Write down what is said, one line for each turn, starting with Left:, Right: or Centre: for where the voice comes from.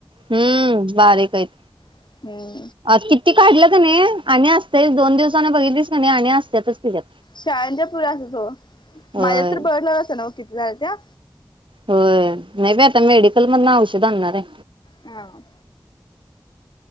Right: हम्म बारीकयत.
Left: <unintelligible>
Right: <unintelligible> किती काढलं कनी आणि असतयच दोन दिवसान बघितलीस कनी आणि असत्यातच. तिच्यात.
Left: शाळंच्या पूरी असच हो,
Right: होय
Left: माझ्यात तर <unintelligible> सा नव किती हायत. त्या
Right: होय नाही बाई आता मेडिकल मधन औषध आणणाराय.
Left: हम्